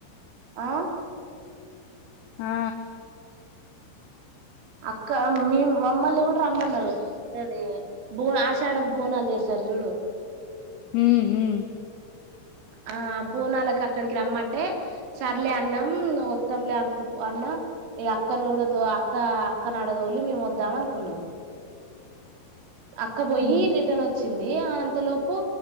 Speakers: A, on the right (about 90°); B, on the left (about 70°).
A: ఆ
B: ఆ
A: అక్క మీ మమ్మల్ని గుడా రమ్మన్నారు అది బో ఆషాఢం బోనాల్ జేస్తారు. జుడు
B: ఉం ఉం
A: ఆ బోనాలకు అక్కడికి రమ్మంటే సర్లే అన్నాం వత్తంలే అనుకు అన్ ఇగ అక్కనుడతో అక్క అక్కనడదోలి మేము వద్దాం అనుకున్నాం అక్క పోయి
B: హ్మ్
A: రిటర్న్ వచ్చింది అ అంతలోపు